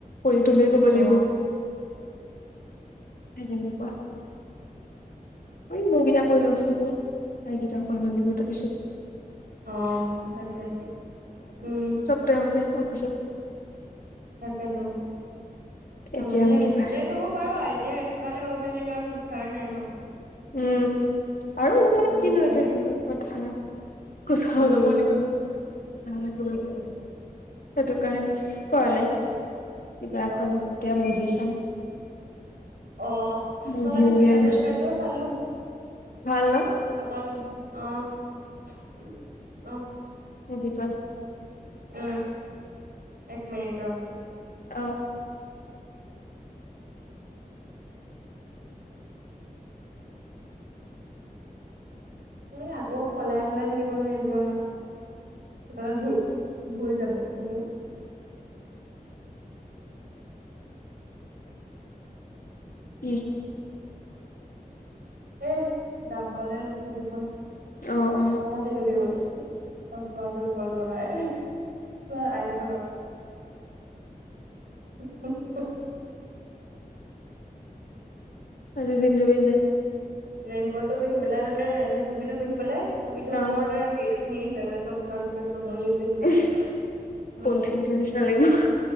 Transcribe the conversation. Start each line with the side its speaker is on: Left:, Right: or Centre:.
Left: পৰি তলেই কব লাগিব।
Right: অ
Left: হে তেনেকুৱা ঐ মোকেইটা কৈ লৈওচোন বাও তাইকেইটাও কৰাবলে দিব তাৰ পিছত।
Right: অঁ, তাকে উম।
Left: তেওঁ মতে চব পিছত
Right: তাকাতো
Left: এতিয়া
Right: আমনি
Left: আৰু
Right: লাগে
Left: কিবা
Right: এতিয়া কব পাৰো আ এতিয়া থকা হ'লে ক'ব পাৰিলে কাৰণ চাৰ নাই ন
Left: উম আৰু
Right: ইমান
Left: এ কিনো
Right: দিগদাৰ
Left: এতিয়া
Right: নাই
Left: <unintelligible> কথা কোছ খাব
Right: উম
Left: যাব লাগিব ন <unintelligible> সেইটো কাৰণে কৰা নাই কিবা এখন এতিয়া মেধি চাম
Right: অ
Left: মুভি
Right: ত কালি
Left: উলিয়াই
Right: প্ৰীত মেন
Left: লৈছো
Right: বেদৰচ চালো খতম
Left: ভাল ন
Right: আহ আহ
Left: মো পিছত
Right: উম এক মিনিট ৰ
Left: অঁ
Right: এ আকৌ হলাই তলাই থাকিব নলাগে যোৱা। সেইকাৰণে ধুই ধুই যাব উ
Left: উম
Right: এ যাবলে লৈছো দুপৰ
Left: অ অ
Right: ভালে যদি বলে চচমাজোৰ উপৰত লগাই। চোৱা আইনাখনত <unintelligible>
Left: কাইলে জিম যাবি নাই?
Right: ৰেইনকোটটো পিন্ধি পেলাই মানে টুপিটো পিন্ধি পেলাই টুপিটোৰ
Left: অ
Right: ওপৰতে সেইটো পিন্ধি গিছে মানে চছমা জোৰ কাৰনে জমনি দেখিবলৈ
Left: এ
Right: উম
Left: পলথিনটোৰ নিচনা লাগিব।